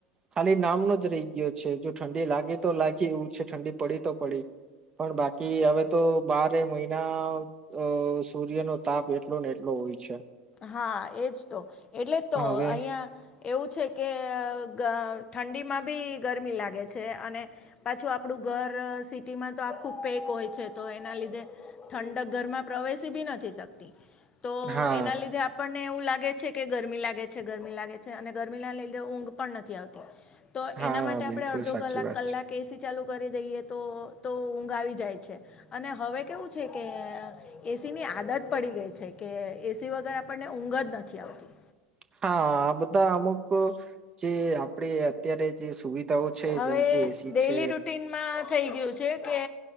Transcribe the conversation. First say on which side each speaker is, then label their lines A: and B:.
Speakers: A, on the right; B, on the left.
A: ખાલી નામનો જ રહી ગયો છે. જો ઠંડી લાગે તો લાગી એવું છે ઠંડી પડી તો પડી પણ બાકી હવે તો બારે મહિના અહ સૂર્ય નો તાપ એટલો ને એટલો હોય છે.
B: હા, એજ તો એટલે તો
A: હવે
B: અહિયાં એવું છે કે અહ ગ ઠંડીમાં બી ગરમી લાગે છે. અને પાછું આપડું ઘર સિટીમાં તો આખું પેક હોય છે તો એના લીધે ઠંડક ઘરમાં પ્રવેશી બી ન થી શકતી. તો
A: હા.
B: એના લીધે આ પણ ને એવું લાગે છે. કે ગરમી લાગે છે ગરમી લાગે છે. અને ગરમી ના લીધે ઊંઘ પણ નથી આવતી. તો
A: હા
B: એના માટે આપડે
A: બિલકુલ
B: અડધો
A: સાચી
B: કલાક
A: વાત
B: કલાક
A: છે
B: એ સી ચાલું કરી દઈએ તો તો ઊંઘ આવી જાય છે. અને હવે કેવું છે કે અહ એ સી ની આદત પડી ગઈ છે. કે એ સી વગર આપણને ઊંઘ જ નથી આવતી.
A: હા, આ બધા અમુક જે આપડી અત્યારે જે સુવિધાઓ છે
B: હવે
A: જેમ કે એ સી
B: ડેલી
A: છે
B: રૂટીનમાં થઈ ગયું છે. કે